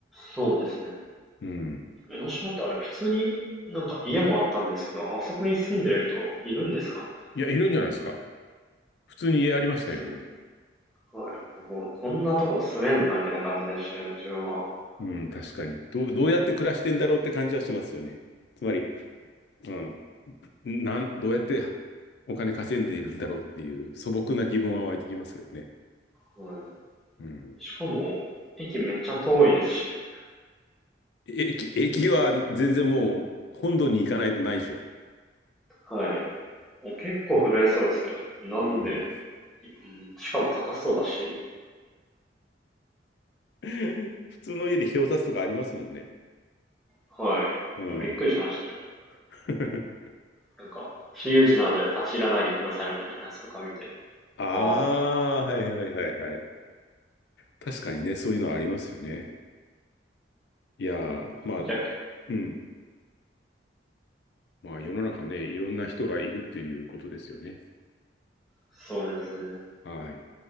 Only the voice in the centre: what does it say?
そうですね。
江ノ島ってあれ普通になんか家もあったんですけど、あそこに住んでる人いるんですかね
すごい。ここ、こんなとこ住めんな、みたいな感じでしたけど、自分は。
は
い。しかも、駅めっちゃ遠いですしね。
はい。もう結構不便そうですけどね。なんで、
うんしかも高そうだし、
はい。
びっくりしましたよ。
なんか、私有地なので立ち入らないでくださいみたいなやつとか見て。
ああ、
顧客。
そうですね。